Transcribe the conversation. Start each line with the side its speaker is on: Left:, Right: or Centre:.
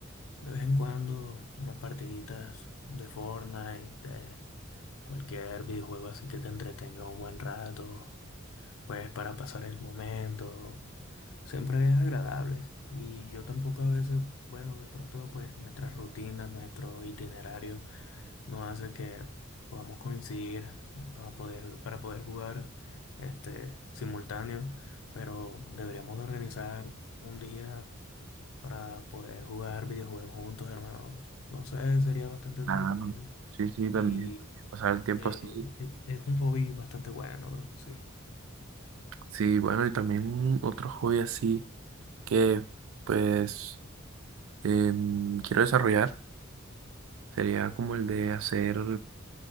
Left: De vez en cuando, unas partiditas de Fortnite, de cualquier videojuego así que te entretenga un buen rato, pues para pasar el momento. Siempre es agradable. Y yo tampoco a veces, bueno, de pronto pues nuestras rutinas, nuestro itinerario nos hace que podamos coincidir eh, para poder, para poder jugar este simultáneo, pero deberíamos de organizar un día para poder jugar videojuegos juntos, hermano. No sé, sería bastante entretenido
Right: Claro, sí, sí,
Left: y
Right: también. Pasar el tiempo
Left: eh,
Right: así.
Left: e- es un hobby bastante bueno, bro, sí.
Right: Sí, bueno, y también otro hobby así que pues em, quiero desarrollar sería como el de hacer